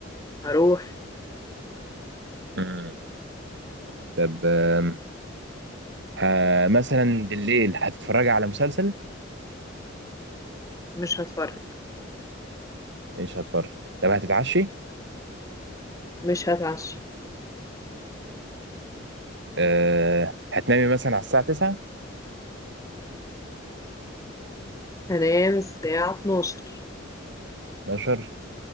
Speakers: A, on the left; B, on the right.
A: هروح
B: مم. طب أم... ه... مثلا بالليل هتتفرجي على مسلسل؟
A: مش هتفرج
B: مش هتفرج طب هتتعشي؟
A: مش هتعشى
B: أه... هتنامي مثلا على الساعة 9
A: هنام الساعة 12
B: 12